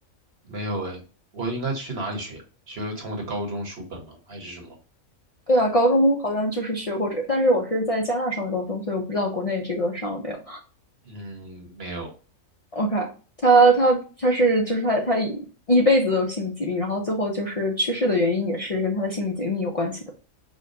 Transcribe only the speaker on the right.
没有哎，我应该去哪里学？学从我的高中书本吗？还是什么？
嗯，没有